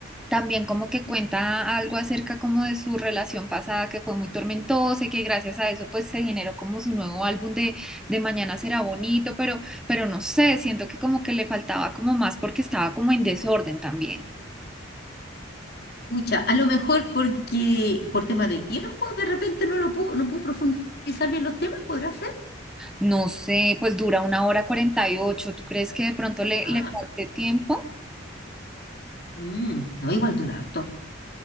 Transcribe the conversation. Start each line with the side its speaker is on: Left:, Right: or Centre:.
Centre: también como que cuenta algo acerca como de su relación pasada que fue muy tormentosa y que gracias a eso pues se generó como su nuevo álbum de, de Mañana será bonito, pero, pero no sé, siento que como que le faltaba como más porque estaba como en desorden también.
Left: pucha, a lo mejor porque por tema de tiempo, de repente no lo puedo, no puedo profundizar bien los temas, ¿podrá ser?
Centre: No sé, pues dura una hora cuarenta y ocho, ¿tú crees que de pronto le,
Left: Ah,
Centre: le falte tiempo?
Left: mm, no, igual dura harto.